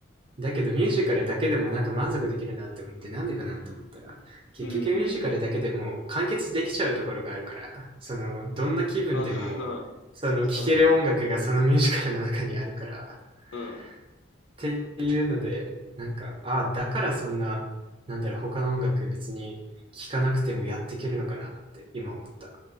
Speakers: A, on the right (about 25°); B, on the left (about 75°).
A: だけどミュージカルだけでもなんか満足できるなって思って、なんでかなって思ったら、結局ミュージカルだけでも完結できちゃうところがあるから、
B: うんうんうんうん。
A: その、どんな気分でも、
B: <laughs> あん
A: その、
B: そうだね。
A: 聴ける音楽がそのミュージカルの中にあるから、
B: うん。う
A: っていうので、なんか、ああ、だからそんな、なんだろう、他の音楽別に聴かなくてもやっていけるのかなって今思った。